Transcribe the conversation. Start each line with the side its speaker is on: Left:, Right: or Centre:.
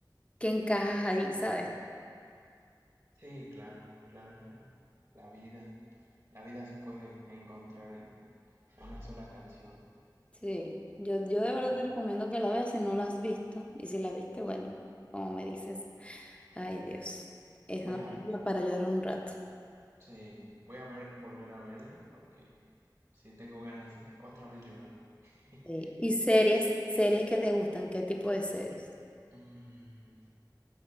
Left: que encajas ahí, ¿sabes?
Right: Sí, claro, claro, claro. La vida, la vida se puede encontrar en una sola canción.
Left: Sí, yo, yo de
Right: Es-
Left: verdad te recomiendo que la veas si no la has visto. Y si la viste, bueno, como me dices, ay Dios, es
Right: Voy
Left: una
Right: a,
Left: película para llorar un rato.
Right: sí, voy a ver, volver a verla porque Sí, tengo ganas de otra vez llorar. <laughs>
Left: Sí. ¿Y series, series que te gustan? ¿Qué tipo de series?
Right: Mm,